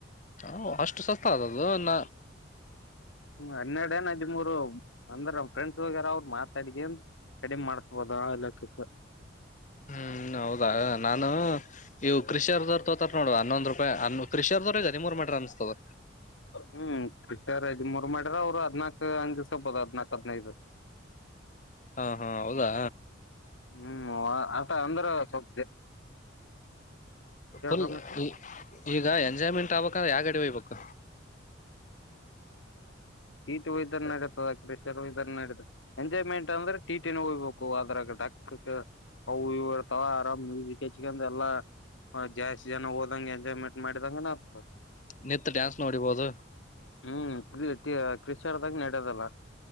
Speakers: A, on the left; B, on the left.
A: ಹ ಅಷ್ಟು ಸಸ್ತ ಆದದು ನ
B: ಹ್ಮ ಹನ್ನೆರಡ ಏ ಹದಿಮೂರು ಅಂದ್ರ ನಮ್ಮ್ ಫ್ರೆಂಡ್ಸ್ ವಗರ ಅವ್ರರು ಮಾತಾಡಿಕ ಕಡಿಮೆ ಮಾಡಸ್ಬೋದಲ್ಲಕ್ಕತ್
A: ಹ್ಮ್ ಹೌದಾ ನಾನು ಇವ ಕೃಷಿಯರ್ವರ್ ತೋತ ನೋಡ ಹನ್ನೊಂದು ರೂಪಾಯಿ ಹ ಕೃಷಿಯರ್ವರ್ ಇದದಿ ಮೂರು ಮೀಟರ್ ಅನ್ಸ್ತದ
B: ಹ್ಮ್ ಸದ್ ಮೂರ್ ಮಾಡ್ರ ಅವ್ರು ಹದ್ನಾಕಕ್ ಹಂಗ್ ದಿಸ್ಕಬೋದು ಹದ್ನಾಕಕ್ ಹದ್ೈದು
A: ಹಾ ಹಾ ಹೌದಾ
B: ಹ್ಮ್ ಅ ಅಧ್ರ ಸ್ದ
A: ಫುಲ್
B: ರಮೇಶ
A: ಈ ಈಗ ಎಂಜಾಯ್ಮೆಂಟ್ ಆಗ್ಬಂದ್ರೆ ಯಾವಾಗಡಿ ಹಯ್ಬೇಕು
B: ಇದ ನಡತದೆ ಕ್ರಷರು ಇದ ನಡ ಎಂಜಾಯ್ಮೆಂಟ್ ಅಂದ್ರೆ ಟೀಟ ಹೋಗ್ಬೇಕು ಅದ್ರಾಗ ಡಕ್ಕಕ್ ಅ ಇವ ಇರ್ತಾವ ಆರಾಮ್ ಮ್ಯೂಸಿಕ್ ಹೆಚ್ಕಂಡ ಎಲ್ಲಾ ಜಾಸ್ತಿ ಜನ ಹೋದಂಗ ಎಂಜಾಯ್ಮೆಂಟ್ ಮಾಡಿದಂಗನ್ ಆಗ್ತ
A: ನಿತ್ ಡ್ಯಾನ್ಸ್ ನೋಡಿಬಹುದು
B: ಹ್ಮ್ ಕ್ರ ಕ್ರಿಶ್ಚರದಾಗ ನಡೋದಲ್ಲ